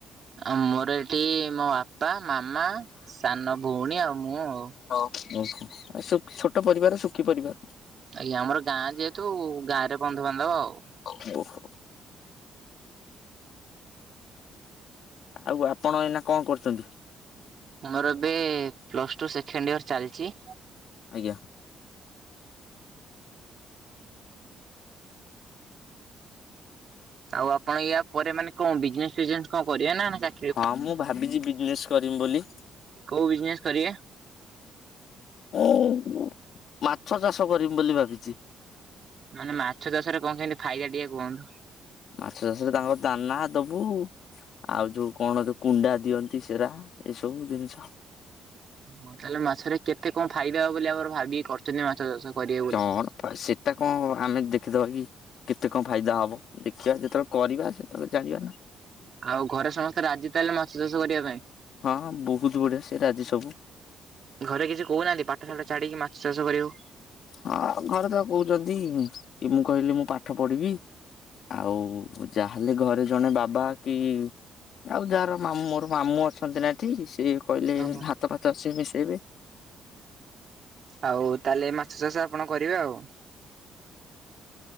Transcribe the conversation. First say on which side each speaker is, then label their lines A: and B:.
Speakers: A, on the right; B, on the left.
A: ଆମୋର ଏଠି ମୋ ବା ବାପା ମାମା ସାନ ଭଉଣୀ ଆଉ ମୁଁ ଆଉ।
B: ଓହୋ ଛୋଟ ପରିବାର ସୁଖି ପରିବାର।
A: ଆଜ୍ଞା ଆମର ଗାଁ ଯେହେତୁ ଗାଁ ରେ ବନ୍ଧୁବାନ୍ଧବ ଆଉ।
B: <inaudible> ଆଉ ଆପଣ ଏଇନା କଣ କରୁଛନ୍ତି?
A: ମୋର ଏବେ ପ୍ଲସ ଟୁ ସେକେଣ୍ଡ ଇୟର ଚାଲିଛି
B: ଆଜ୍ଞା।
A: ଆଉ ଆପଣ ୟା ପରେ ମାନେ କଣ ବିଜନେସ ଫିଜନେସ କଣ କରିବେ ନା ନାହିଁ?
B: ହଁ ମୁଁ ଭାବିଛି ବିଜନେସ୍ କରିମି ବୋଲି।
A: କୋଉ ବିଜନେସ କରିବେ?
B: ହଁ ମାଛ ଚାଷ କରିମ ବୋଲି ଭାବିଛି।
A: ମାନେ ମାଛ ଚାଷରେ କଣ କେମତି ଫାଇଦା ଟିକେ କୁହନ୍ତୁ।
B: ମାଛ ଚାଷରେ ତାଙ୍କର ଦାନା ଦବୁ ଆଉ ଯୋଉ କଣ କୁଣ୍ଡା ଦିଅନ୍ତି ସେରା ଏ ସବୁ ଜିନିଷ
A: ହଁ ତାହେଲେ ମାଛରେ କେତେ କଣ ଫାଇଦା ହବ ବୋଲି ଆମର ଭାବିକି କରିଛନ୍ତି ମାଛ ସେ ଅଛନ୍ତି କରିଏ।
B: କଣ ପା ସେଟା କଣ ଆମେ ଦେଖିଦବା କି କେତେ କଣ ଫାଇଦା ହବ ଦେଖିବା ଯେତେବେଳେ। କରିବା ସେତେବେଳେ। ଜାଣିବା ନା।
A: ଆଉ ଘରେ ସମସ୍ତେ ରାଜି ତା ହେଲେ ମାଛ ଚାଷ କରିବା ପାଇଁ।
B: ହଁ ହଁ ବହୁତ ବଢିଆ ସେ ରାଜି ସବୁ।
A: ଘରେ କିଛି କହୁନାହାନ୍ତି ପାଠଶାଠ ଛାଡ଼ିକି ମାଛ ଚାଷ କରିବୁ।
B: ହଁ ଘରେ ତ କହୁଛନ୍ତି କି ମୁଁ କହିଲି ମୁଁ ପାଠ ପଢିବି। ଆଉ ଯାହେଲେ ଘରେ ଜଣେ ବାବା କି। ଆଉ ଯାହାର ମାମୁଁ ମୋର ମାମୁଁ ଅଛନ୍ତି ନା ଏଠି ସେ କହିଲେ
A: ଓହୋ
B: ଭାତ ଫାତ ସିଏ ମିଶେଇବେ।
A: ଆଉ ତାହେଲେ ମାଛ ଚାଷ ଆପଣ କରିବେ ଆଉ।